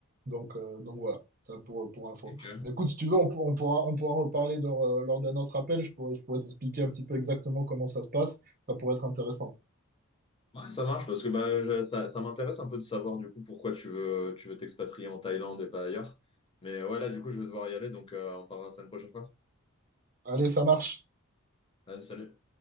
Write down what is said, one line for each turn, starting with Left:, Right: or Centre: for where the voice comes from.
Right: Donc, euh, donc voilà, ça pour, pour info.
Left: Ok.
Right: Mais Écoute, si tu veux, on, pour- on pourra, on pourra en reparler lors, euh, lors d'un autre appel. Je pourrais, je pourrais t'expliquer un petit peu exactement comment ça se passe. Ça pourrait être intéressant.
Left: Ouais, ça marche parce que bah, je- ça, ça m'intéresse un peu de savoir du coup pourquoi tu veux, tu veux t'expatrier en Thaïlande et pas ailleurs. Mais euh, ouais, là, du coup, je vais devoir y aller, donc euh, on parlera ça une prochaine fois.
Right: Allez, ça marche.
Left: Vas-y, salut.